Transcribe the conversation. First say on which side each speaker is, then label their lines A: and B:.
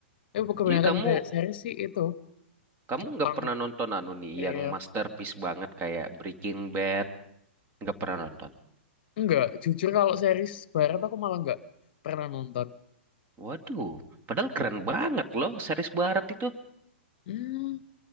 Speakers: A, on the left; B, on the right.
A: Tapi kebanyakan
B: jadi kamu
A: dari series sih itu
B: kamu
A: Jepang,
B: nggak pernah nonton anu nih
A: Korea.
B: yang masterpiece banget kayak Breaking Bad, nggak pernah nonton.
A: Enggak, jujur kalau series barat aku malah enggak pernah nonton.
B: Waduh, padahal keren banget loh series barat itu.
A: Hmm,